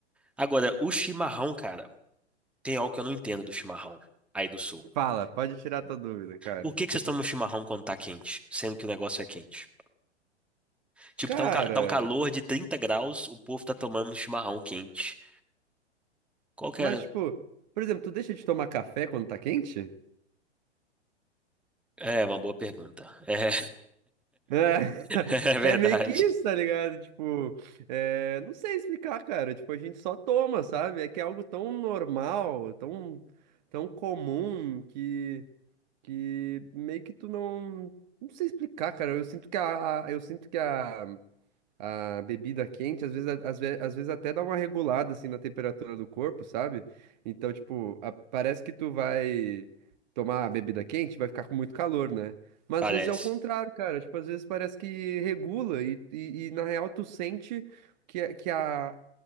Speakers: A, in the centre; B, on the right.
A: Agora, o chimarrão, cara, tem algo que eu não entendo do chimarrão aí do sul.
B: Fala, pode tirar tua dúvida, cara.
A: Por que que vocês tomam chimarrão quando tá quente, sendo que o negócio é quente? Tipo,
B: Cara,
A: tá um, ca- tá um calor de 30 graus, o povo tá tomando um chimarrão quente. Qual que
B: mas
A: é?
B: tipo, por exemplo, tu deixa de tomar café quando tá quente?
A: É, uma boa pergunta. É,
B: É, <laughs>
A: <laughs> é verdade.
B: é meio que isso, tá ligado? Tipo, é, não sei explicar, cara. Tipo, a gente só toma, sabe? É que é algo tão normal, tão, tão comum que, que meio que tu não. Não sei explicar, cara. Eu sinto que a, a- eu sinto que a, a bebida quente, às vezes, a- às ve- às vezes até dá uma regulada assim na temperatura do corpo, sabe? Então, tipo, a- parece que tu vai tomar a bebida quente, vai ficar com muito calor, né? Mas
A: Parece.
B: às vezes é o contrário, cara. Tipo, às vezes parece que regula e, e, e, na real tu sente que, a- que a,